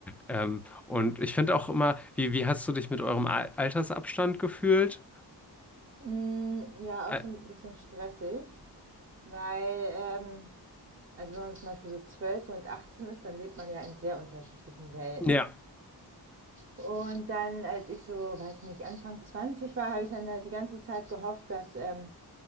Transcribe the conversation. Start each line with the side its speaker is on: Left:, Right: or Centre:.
Centre: Ähm, und ich finde auch immer, wie, wie hast du dich mit eurem Al- Altersabstand gefühlt?
Right: Mm, ja,
Centre: Al-
Right: auch so ein bisschen stressig, weil, ähm, also wenn man zum Beispiel so 12 und 18 ist, dann lebt man ja in sehr unterschiedlichen Welten.
Centre: Ja,
Right: Und dann, als ich so, weiß ich nicht, Anfang 20 war, habe ich dann halt die ganze Zeit gehofft, dass, ähm,